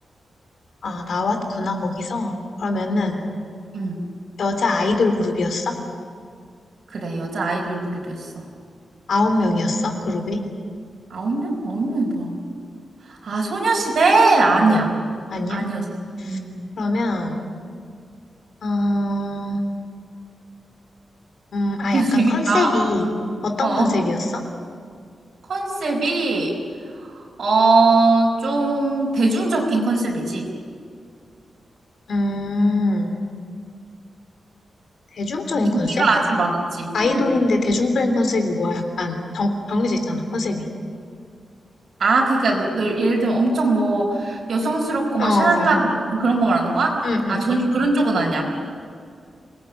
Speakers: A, on the left; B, on the right.
A: 아, 나왔구나, 거기서. 그러면은,
B: 음.
A: 여자 아이돌 그룹이었어?
B: 그래, 여자 아이돌 그룹이었어.
A: 아홉 명이었어, 그룹이?
B: 아홉 명? 아홉 명이 뭐야? 아, 소녀시대? 아니야.
A: 어, 아니야?
B: 아니었어. 음.
A: 그러면, 음, 음,
B: <laughs>
A: 아,
B: 이거
A: 약간
B: 재밌다.
A: 컨셉이, 어떤
B: 어.
A: 컨셉이었어?
B: 컨셉이, 어, 좀 대중적인 컨셉이지.
A: 음, 대중적인
B: 인기가
A: 컨셉?
B: 아주 많았지.
A: 아이돌인데
B: 응.
A: 대중적인 컨셉이 뭐야? 약간 정, 정해져 있잖아, 컨셉이.
B: 아, 그러니까 너, 너 예를 들면 엄청 뭐 여성스럽고 막
A: 어,
B: 샤랄라 그런 그런 거 말하는 거야?
A: 응, 응.
B: 아, 전혀 그런 쪽은 아니야.